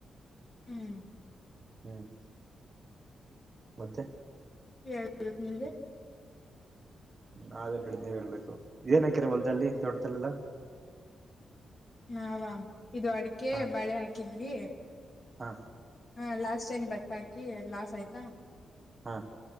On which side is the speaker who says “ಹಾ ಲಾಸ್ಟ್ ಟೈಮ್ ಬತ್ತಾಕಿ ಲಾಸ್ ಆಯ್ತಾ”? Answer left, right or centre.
Left